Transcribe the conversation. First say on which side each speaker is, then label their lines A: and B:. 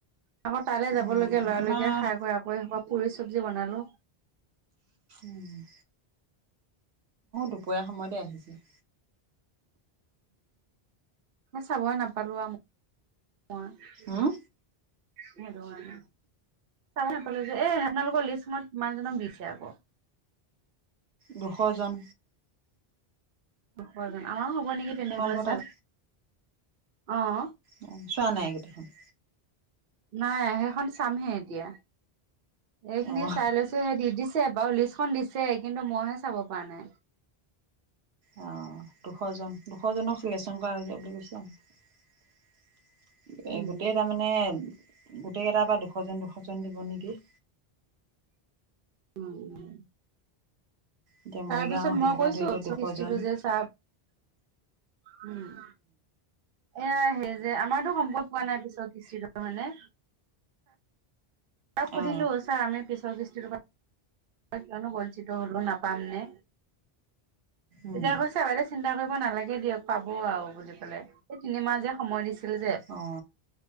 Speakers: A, on the right; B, on the right.
A: আকৌ তালৈ যাব
B: উম
A: লগীয়া লৰালৰিকে,
B: আমাৰ
A: খাই কৈ, আকৌ এই পুৰি চব্জি বনালোঁ।
B: উম, দুপৰীয়া সময়তে আহিছে।
A: চাবই নাপালোঁ, আৰু মই।
B: উম
A: সেইটো কাৰণে চাব নাপালোঁ, যে এই আপোনালোকৰ লিষ্টখনত মানুহজনক দিছে আকৌ?
B: দুশজন।
A: দুশজন, আমাৰো হ'ব নেকি তেনেকুৱা
B: তোমালোকৰ তাত
A: চাগৈ। অ,
B: অ, চোৱা নাই গোটেইখিনি।
A: নাই সেইখন, চামহে এতিয়া। এইখিনি
B: অ'
A: চাই লৈছোঁ, সেই দি দিছে বাৰু লিষ্টখন দিছে কিন্তু মই হে চাব পৰা নাই।
B: অ, দুশ জন, দুশ জনক চিলেকশ্যন কৰা হৈছে, বুলি কৈছিলে। এই,
A: উম
B: গোটেই তাৰ মানে গোটেই কেইটাৰ পৰা দুশ জন, দুশ জন, দিব নেকি?
A: উম, উম,
B: এতিয়া মৰিগাঁও
A: তাৰপিছত
B: হেৰি
A: মই
B: পৰা
A: কৈছোঁ,
B: ধৰি লওক
A: পিছৰ
B: দুশজন
A: কৃষ্টিটো যে, ছাৰ- উম, এয়াই সেই যে, আমাৰতো সম্ভব পোৱা নাই, পিছৰ কৃষ্টিটো মানে। তাত সুধিলো
B: অ
A: ছাৰ আমি পিছৰ কৃষ্টিটো পৰা, কিয়নো বঞ্চিত হ'লো নাপাম নে?
B: উম
A: তেতিয়া কৈছে, বাইদেউ চিন্তা কৰিব নালাগে দিয়ক, পাব আৰু বুলি ক'লে এই তিনিমাহ যে সময় দিছে। যে,
B: অ